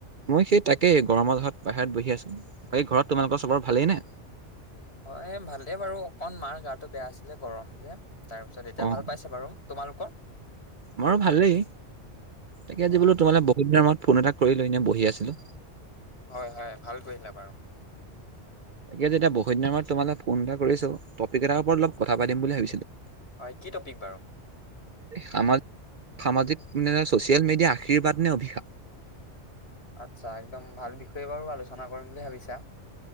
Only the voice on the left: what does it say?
হয় ভালেই বাৰু। অকণ মাৰ গাটো বেয়া আছিলে গৰম যে। তাৰপিছত এতিয়া
ভাল পাইছে বাৰু। তোমালোকৰ?
অ
হয়, হয়। ভাল কৰিলা বাৰু।
হয়, কি টপিক বাৰু?
আচ্ছা একদম ভাল বিষয়ে বাৰু আলোচনা কৰিম বুলি ভাবিছা।